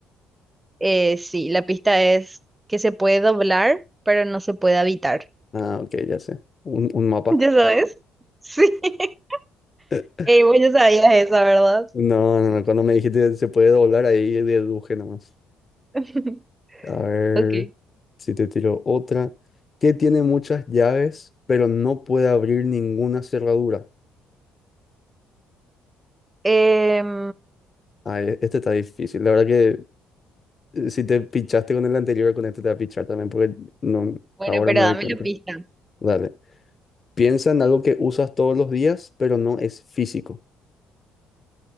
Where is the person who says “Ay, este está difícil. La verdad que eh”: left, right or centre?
Left